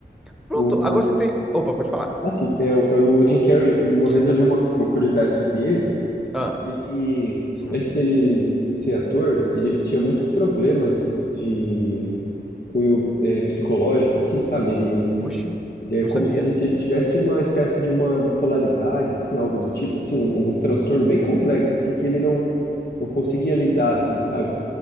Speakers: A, in the centre; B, on the left.
A: Pronto,
B: O,
A: agora você tem. Opa, pode falar.
B: assim, é, o, é o Jim Carrey, uma
A: Hum,
B: vez eu li uma, uma curiosidade sobre ele.
A: Ah,
B: Ele,
A: hum,
B: antes dele ser ator, ele tinha muitos problemas de cunho é, psicológico, assim, sabe? Ele,
A: oxi,
B: ele é
A: não
B: como
A: sabia.
B: se ele, t- ele tivesse uma espécie de uma bipolaridade, assim, algo do tipo, assim, um, um transtorno bem complexo, assim, que ele não não conseguia lidar, assim, sabe?